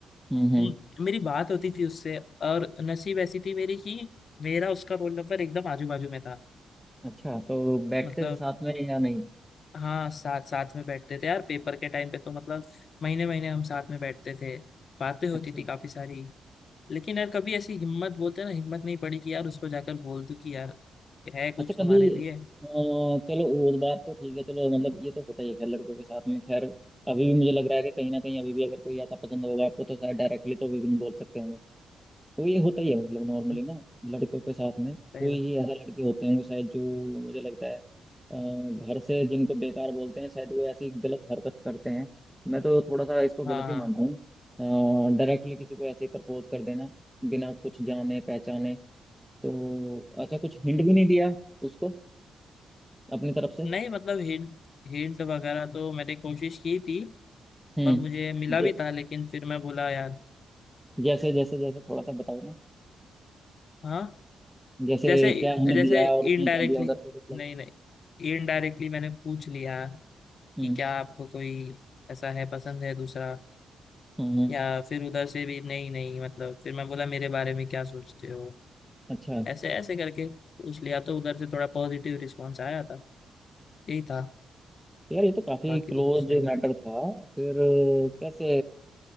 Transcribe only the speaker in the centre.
हम्म हम्म
अच्छा तो बैठते
थे साथ में या नहीं
अच्छा
अच्छा कभी
अ, चलो वो बात तो ठीक है चलो मतलब ये तो होता ही है खैर लड़कों के साथ में खैर अभी भी मुझे लग रहा है कि कहीं ना कहीं अभी भी अगर कोई ऐसा पसंद होगा आपको तो शायद डायरेक्टली तो अभी भी नहीं बोल सकते होंगे तो ये होता ही है मतलब नॉर्मली
ना लड़कों के साथ में कोई
ही ऐसा लड़के होते होंगे शायद जो मुझे लगता है अ, घर से जिनको बेकार बोलते हैं शायद वो ऐसी गलत हरकत करते हैं मैं तो थोड़ा सा इसको गलत
ही मानता हूँ डायरेक्टली किसी को ऐसे प्रपोज कर देना बिना कुछ जाने पहचाने तो अच्छा कुछ हिंट भी नहीं दिया उसको अपनी तरफ से
हम्म
जै,
जैसे जैसे जैसे थोड़ा सा बताओ ना
जैसे
क्या हिंट
दिया और उसने
क्या दिया उधर से रिप्लाई
हम्म
हम्म
अच्छा
तो यार ये तो काफी
क्लोज
मैटर था फिर अ, कैसे